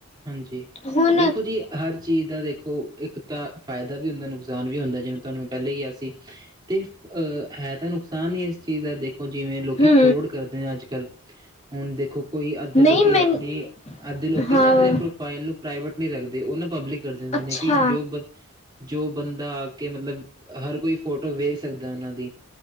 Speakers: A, on the right (about 20°); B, on the left (about 30°).
A: ਹਾਂਜੀ,
B: ਹੁਣ
A: ਦੇਖੋ ਜੀ ਹਰ ਚੀਜ਼ ਦਾ ਦੇਖੋ ਏਕ ਦਾ ਫਾਇਦਾ ਵੀ ਹੁੰਦਾ, ਨੁਕਸਾਨ ਵੀ ਹੁੰਦਾ, ਜਿਵੇਂ ਤੁਵਾਂਨੂੰ ਮੈਂ ਪਹਿਲੈ ਕਿਹਾ ਸੀ। ਤੇ ਹੈ ਤਾਂ ਨੁਕਸਾਨ ਈ ਇਸ ਇਸ ਚੀਜ਼ ਦਾ ਦੇਖੋ, ਜਿਵੇਂ ਲੋਕੀ
B: ਹੂੰ
A: ਫਰੋਡ ਕਰਦੇ ਨੇ ਅੱਜ ਕੱਲ੍ਹ ਹੁਣ ਦੇਖੋ ਕੋਈ ਅੱਧੇ
B: ਨਹੀਂ
A: ਲੋਕੀ,
B: ਮੈਨੂੰ
A: ਆਪਣੀ ਅੱਧੇ ਲੋਕੀ
B: ਹਾਂ
A: ਨਾ ਆਪਣੇ ਫਾਇਲ ਨੂੰ ਪ੍ਰਾਈਵੇਟ ਨਹੀਂ ਰੱਖਦੇ, ਉਹ ਨਾ ਪਬਲਿਕ ਕਰ ਦੇਂਦੇ
B: ਅੱਛਾ
A: ਨੇ ਕਿਉ ਜੋ ਬ ਜੋ ਬੰਦਾ ਆ ਕੇ, ਮਤਲਬ ਹਰ ਕੋਈ ਫੋਟੋ ਵੇਖ ਸਕਦਾ ਉਹਨਾਂ ਦੀ।